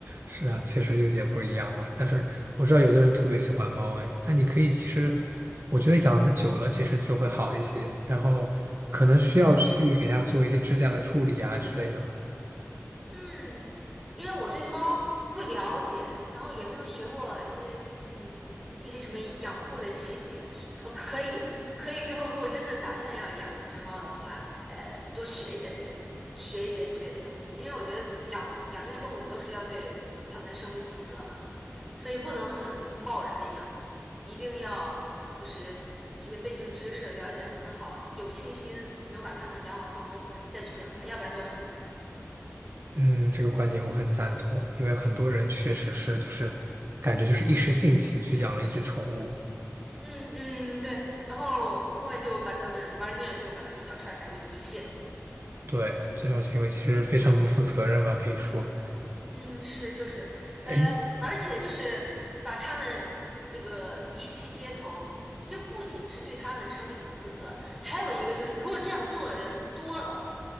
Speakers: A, on the right (about 50°); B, in the centre.
A: 是啊，确实有点不一样吧。但是我知道有的人特别喜欢猫，哎，但你可以其实，我觉得养的久了其实就会好一些，然后可能需要去给它做一些指甲的处理啊之类的。
B: 嗯，因为我对猫不了解，然后也没有学过这些，嗯，这些什么养护的细节。呃，可以，可以之后如果真的打算要养一只猫的话，呃，多学一些这学一些之类的东西，因为我觉得养养这些动物都是要对它们的生命负责嘛，所以不能很贸然的养，一定要就是这些背景知识了解的很好，有信心能把它们养好送终再去养它，要不然就很不负责。
A: 嗯，这个观点我很赞同，因为很多人确实是就是感觉就是一时兴起去养了一只宠物，
B: 嗯嗯，对，然后后面就把他们玩腻了，就把他们一脚踹开，就遗弃了嘛。
A: 对，这种行为其实非常不负责任吧，可以说。
B: 嗯，是就是，
A: 哎，
B: 呃，而且就是把他们这个遗弃街头，就不仅是对他们生命不负责，还有一个就是，如果这样做的人多了，